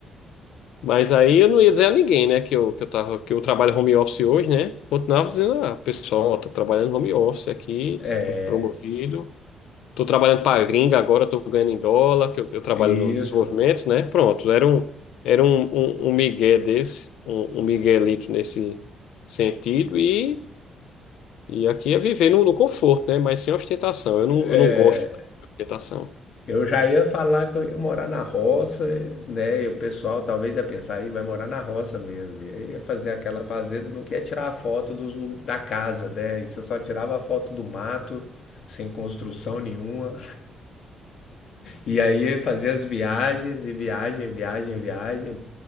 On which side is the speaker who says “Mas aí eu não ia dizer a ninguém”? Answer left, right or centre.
Left